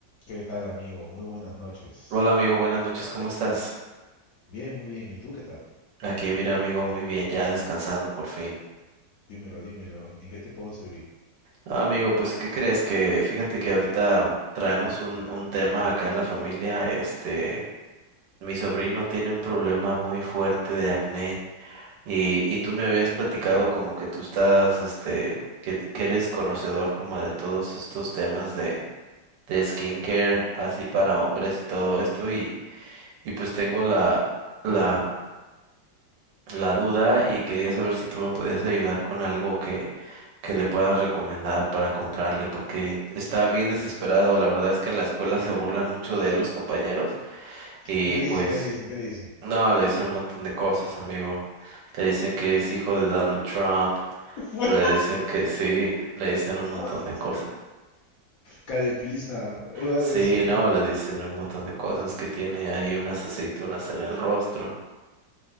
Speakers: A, on the left (about 65°); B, on the right (about 75°).
A: ¿Qué tal, amigo? Muy buenas noches.
B: Hola amigo, buenas noches, ¿cómo estás?
A: Bien, muy bien. ¿Y tú qué tal?
B: Aquí mira amigo, muy bien, ya descansando por fin.
A: Dímelo, dímelo. ¿En, en qué te puedo servir?
B: Ah, amigo, pues ¿qué crees? Que fíjate que ahorita traemos un, un tema acá en la familia, este, mi sobrino tiene un problema muy fuerte de acné y, y tú me habías platicado como que tú estás, este, que, t- que eres conocedor como de todos estos temas de, de skincare, así para hombres y todo esto y, y pues tengo la, la la duda y quería saber si tú me podías ayudar con algo que, que le puedas recomendar para comprarle, porque está bien desesperado. La verdad es que en la escuela se burlan mucho de él los compañeros y
A: ¿Qué le
B: pues
A: dicen? ¿Qué le dicen? ¿Qué le dicen?
B: no, le dicen un montón de cosas, amigo. Le dicen que es hijo de Donald Trump,
A: <laughs> Fue-
B: le dicen que sí, le dicen un montón
A: ¿Cómo así?
B: de cosas.
A: Carepiza. Es Más
B: Sí,
A: así.
B: no, le dicen un montón de cosas que tiene ahí unas aceitunas en el rostro.